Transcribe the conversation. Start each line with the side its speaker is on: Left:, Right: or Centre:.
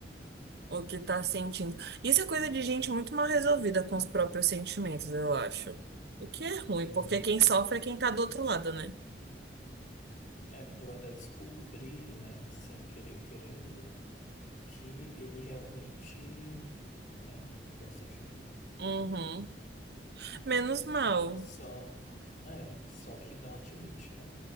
Right: o que tá sentindo. Isso é coisa de gente muito mal resolvida com os próprios sentimentos, eu acho. O que é ruim,
Left: Sim.
Right: porque quem sofre é quem tá do outro lado, né?
Left: É, eu até descobri, né, sem querer querendo, que ele realmente, né, gosta de mim.
Right: Uhum. Menos mal.
Left: Só, é, só que não admite, né?